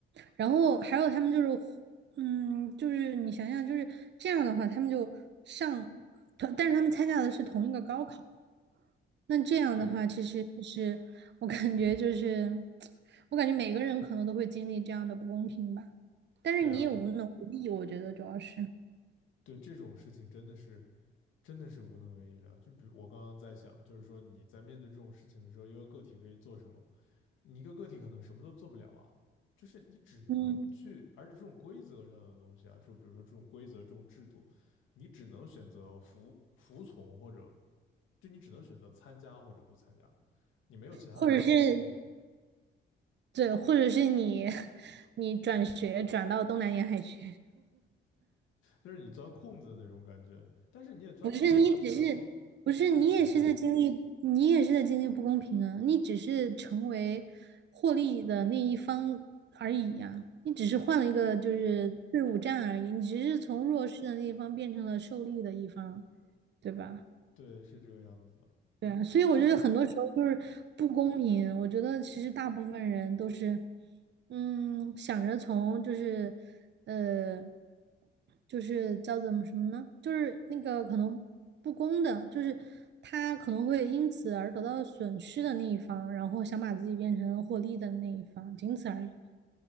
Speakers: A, on the right; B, on the left.
A: 然后还有他们就是，嗯，就是你想想就是这样的话，他们就上，但是他们参加的是同一个高考。那这样的话，
B: 对，
A: 其实就是我感觉就是，我感觉每个人可能都会经历这样的不公平吧。但是你也无能为力，
B: 对啊，
A: 我觉得主要是，
B: 对这种事情真的是。真的是无能为力了。就比如我刚刚在想，就是说你在面对这种事情的时候，一个个体可以做什么？你一个个体可能什么都做不了啊，就是你只能去，
A: 嗯，
B: 而且这种规则上的东西啊，就比如说这种规则、这种制度，你只能选择服服从，或者就你只能选择参加或者不参加，你没有其他的办法可以，
A: 或者是对，或者是你 <laughs> 你转学转到东南沿海去，
B: 就是你钻空子那种感觉，但是你也钻不了。
A: 不是你只是不是你也是在经历，
B: 就比如说户籍啊，
A: 你也是在经历不公平啊！你只是成为获利的那一方而已呀、你只是换了一个就是队伍战而已，你只是从弱势的那一方变成了受力的一方，对吧？
B: 对，是这个样子的，
A: 对啊，所以我觉得很多时候就是不公平。
B: 就是
A: 我觉得其实大部分人都是，嗯，想着从就是，呃，就是叫怎么什么呢？就是那个可能不公的，就是他可能会因此而得到损失的那一方，然后想把自己变成获利的那一方，仅此而已。